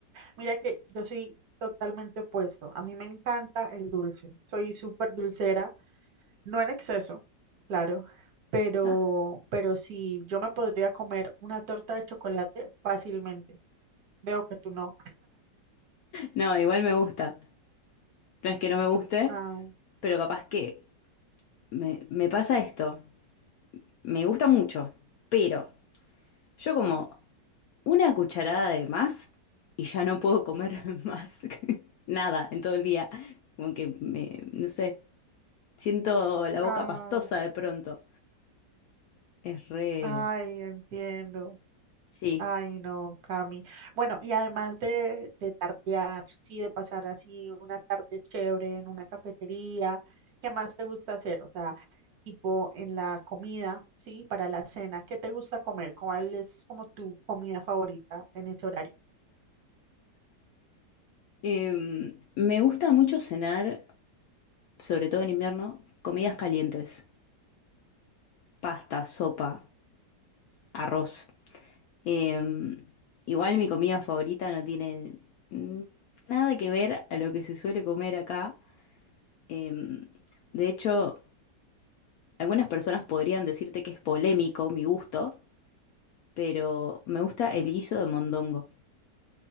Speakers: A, on the right; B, on the left.
A: Mira que yo soy totalmente opuesto. A mí me encanta el dulce. Soy súper dulcera, no en exceso, claro, pero,
B: <laughs>
A: pero sí, yo me podría comer una torta de chocolate fácilmente. Veo que tú no.
B: No, igual me gusta. No es que no me guste,
A: Ah,
B: pero capaz que me, me pasa esto. Me gusta mucho, pero yo como una cucharada de más y ya no puedo comer <laughs> más <laughs> nada en todo el día. Como que me, no sé, siento la
A: ah,
B: boca pastosa de pronto. Es re...
A: ay, entiendo.
B: Sí.
A: Ay, no, Cami. Bueno, y además de, de tardear, sí, de pasar así una tarde chévere en una cafetería, ¿qué más te gusta hacer? O sea, tipo en la comida, sí, para la cena, ¿qué te gusta comer? ¿Cuál es como tu comida favorita en ese horario?
B: Em, me gusta mucho cenar, sobre todo en invierno, comidas calientes, pasta, sopa, arroz. Eh, igual mi comida favorita no tiene mm, nada que ver a lo que se suele comer acá. Eh, de hecho, algunas personas podrían decirte que es polémico mi gusto, pero me gusta el guiso de mondongo.